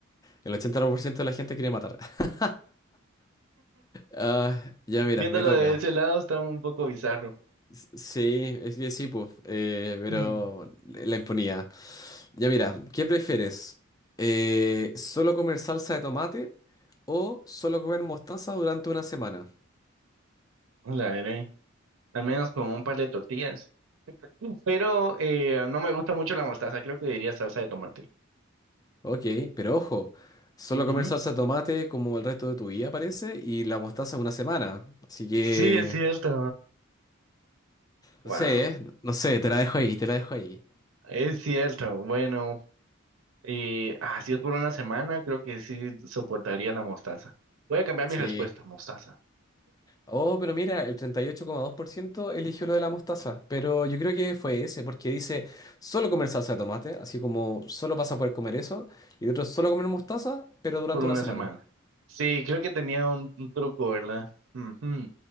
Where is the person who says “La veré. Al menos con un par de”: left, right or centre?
Right